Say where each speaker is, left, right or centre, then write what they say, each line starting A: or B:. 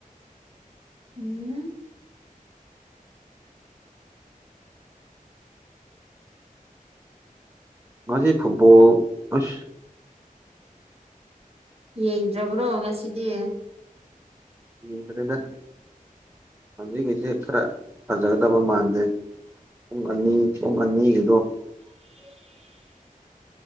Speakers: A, on the right; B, on the right.
A: ꯎꯝ
B: ꯃꯥꯁꯤ ꯐꯨꯠꯕꯣꯜ ꯑꯁ
A: ꯌꯦꯡꯗ꯭ꯔꯕ꯭ꯔꯣ ꯉꯁꯤꯗꯤ
B: ꯌꯦꯡꯗ꯭ꯔꯦꯗ ꯍꯧꯖꯤꯉꯤꯁꯤ ꯈꯔ ꯐꯖꯒꯗꯕ ꯃꯥꯟꯗꯦ ꯄꯨꯡ ꯑꯅꯤ ꯄꯨꯡ ꯑꯅꯤꯒꯤꯗꯣ
A: ꯎꯝ